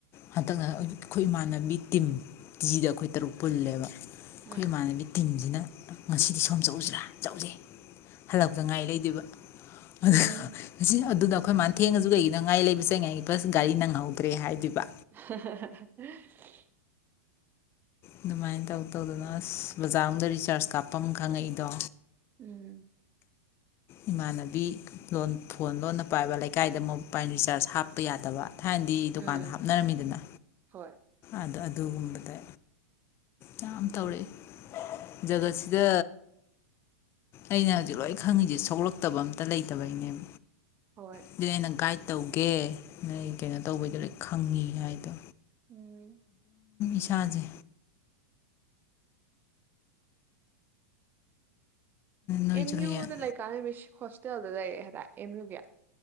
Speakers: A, on the left; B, on the right.
A: ꯄꯥꯛꯇꯛꯅꯅ ꯑꯩꯈꯣꯏ ꯏꯃꯥꯟꯅꯕ ꯇꯤꯝ ꯇꯤ ꯖꯤꯗ ꯑꯩꯈꯣꯏ ꯇꯔꯨꯛ ꯄꯨꯜꯂꯦꯕ ꯑꯩꯈꯣꯏ
B: ꯎꯝ
A: ꯏꯃꯥꯟꯅꯕꯤ ꯇꯤꯝꯖꯤꯅ ꯉꯁꯤꯗꯤ ꯁꯣꯝ ꯆꯧꯎꯁꯤꯔꯥ ꯆꯧꯖꯩ ꯍꯜꯂꯛꯄꯇ ꯉꯥꯔꯤ ꯂꯩꯗꯣꯏꯕ
B: ꯎꯝ
A: ꯑꯍ ꯉꯁꯤ ꯑꯗꯨꯗ ꯑꯩꯈꯣꯏ ꯃꯥꯅ ꯊꯦꯡꯉꯖꯨ ꯑꯗꯨꯀꯩꯒꯤꯅꯣ ꯉꯥꯔꯤ ꯂꯩꯕ ꯆꯠꯂꯤꯉꯩꯗ ꯕꯁ ꯒꯥꯔꯤ ꯅꯪꯍꯧꯗ꯭ꯔꯦ ꯍꯥꯏꯗꯣꯏꯕ
B: ꯍꯥ-ꯍꯥ-ꯍꯥ-ꯍꯍ
A: ꯑꯗꯨꯃꯥꯏꯅ ꯇꯧ ꯇꯧꯗꯅ ꯑꯁ ꯕꯖꯥꯔ ꯑꯝꯗ ꯔꯤꯆꯥꯔꯖ ꯀꯥꯞꯄ ꯈꯪꯉꯛꯏꯗꯣ
B: ꯎꯝ
A: ꯏꯃꯥꯟꯅꯕꯤ ꯂꯣꯟ ꯐꯣꯟ ꯂꯣꯟꯅ ꯄꯥꯏꯕ ꯂꯩꯀꯥꯏꯗ ꯃꯣꯕꯥꯏꯜ ꯔꯤꯆꯥꯔꯖ ꯍꯥꯞꯄ ꯌꯥꯗꯕ ꯊꯥꯏꯅꯗꯤ ꯗꯨꯀꯥꯟꯗ
B: ꯎꯝ
A: ꯍꯥꯞꯅꯔꯝꯃꯤꯗꯅ
B: ꯍꯣꯏ
A: ꯑꯗ ꯑꯗꯨꯒꯨꯝꯕꯗ ꯌꯥꯝ ꯇꯧꯔꯛꯑꯦ ꯖꯒꯠꯁꯤꯗ ꯑꯩꯅ ꯍꯧꯖꯤꯛ ꯂꯣꯏ ꯈꯪꯉꯤꯁꯦ ꯁꯣꯛꯂꯛꯇꯕ ꯑꯝꯇ ꯂꯩꯇꯕꯩꯅꯦꯕ
B: ꯍꯣꯏ
A: ꯑꯗꯨꯅꯤ ꯑꯩꯅ ꯒꯥꯏꯗ ꯇꯧꯒꯦ ꯅꯣꯏ ꯀꯩꯅꯣ ꯇꯧꯕꯩꯗꯣ ꯂꯣꯏ ꯈꯪꯉꯤ ꯍꯥꯏꯗꯣ
B: ꯎꯝ
A: ꯏꯁꯥꯖꯦ ꯅꯣꯏꯁꯨ
B: ꯑꯝ ꯌꯨꯗ
A: ꯍꯌꯦꯡ
B: ꯂꯩ ꯀꯥꯟ ꯒꯤꯁ ꯍꯣꯁꯇꯦꯜꯗ ꯂꯩꯔꯛꯑ ꯍꯥꯏꯕ ꯑꯦꯝ ꯌꯨꯒꯤ